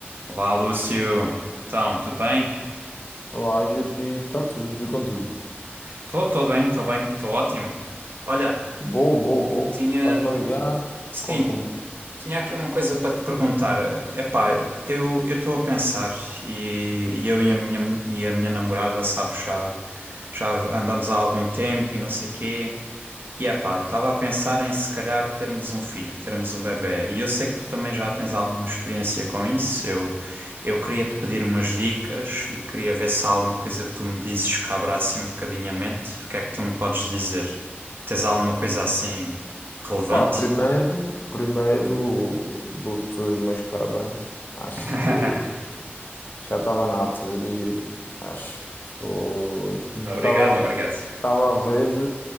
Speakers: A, on the right; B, on the left.
A: Olá, Lúcio. Então, tudo bem?
B: Olá, Yuri, está tudo e contigo?
A: Estou, estou bem, estou bem, estou ótimo. Olha,
B: Boa, boa, boa.
A: tinha,
B: Estás-me
A: ti-
B: a ligar?
A: sim,
B: Conta-me.
A: tinha aqui uma coisa para te perguntar. Epá, eu eu estou a pensar e, e eu e a minha e a minha namorada, sabes, já já andamos há algum tempo e não sei quê. E é pá, estava a pensar em se calhar termos um filho, termos um bebé. E eu sei que tu também já tens alguma experiência com isso. Eu, eu queria te pedir umas dicas e queria ver se há alguma coisa que tu me dizes que abra assim um bocadinho a mente. O que é que tu me podes dizer? Tens alguma coisa assim relevante?
B: Pá, primeiro, primeiro dou-te os meus parabéns. Acho
A: <laughs>
B: que já estava na altura, Yuri. Acho que foi-
A: Obrigado,
B: estava
A: obrigado.
B: estava a ver